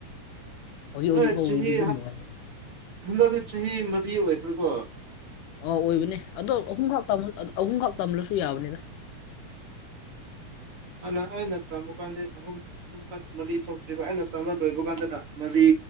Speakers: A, on the right (about 45°); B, on the left (about 80°).
A: ꯅꯣꯏ
B: ꯍꯧꯖꯤꯛ ꯐꯥꯎꯒꯤꯗꯤ
A: ꯆꯍꯤ
B: ꯑꯗꯨꯝ
A: ꯍꯥꯞ
B: ꯅꯨꯡꯉꯥꯏ
A: ꯍꯟꯗꯛꯗꯤ ꯆꯍꯤ ꯃꯔꯤ ꯑꯣꯏꯕꯔꯥꯀꯣ
B: ꯑꯧ ꯑꯣꯏꯕꯅꯦ ꯑꯗꯣ ꯑꯍꯨꯝꯈꯛ ꯇꯝ ꯑꯍꯨꯝꯈꯛ ꯇꯝꯂꯁꯨ ꯌꯥꯕꯅꯤꯗ
A: ꯍꯥꯟꯅ ꯑꯩꯅ ꯇꯝꯕ ꯀꯥꯟꯗ ꯑꯍꯨꯝ ꯑꯍꯨꯝ ꯈꯛ ꯃꯔꯤ ꯊꯣꯛꯇ꯭ꯔꯤꯕ ꯑꯩꯅ ꯇꯝꯕ ꯂꯣꯏꯕ ꯀꯥꯟꯗꯅ ꯃꯔꯤ